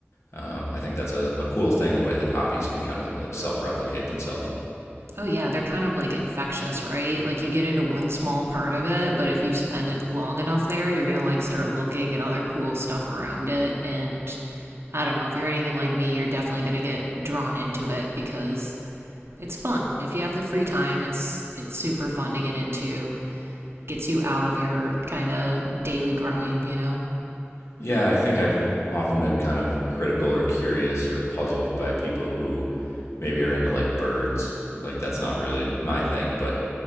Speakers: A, on the left (about 80°); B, on the right (about 65°).
A: um, I think that's a, a cool thing, the way that hobbies can kind of like self replicate themselves.
B: Oh, yeah, they're kind of like infectious, right? Like you get into one small part of it, but if you spend it long enough there, you're gonna like start looking at other cool stuff around it. And I don't know, if you're anything like me, you're definitely gonna get drawn into it because it's fun. If you have the free time, it's it's super fun to get into. Gets you out of your kind of daily grind, you know?
A: Yeah, I think I've often been kind of critical or curious or puzzled by people who maybe are into like birds. Like that's not really my thing, but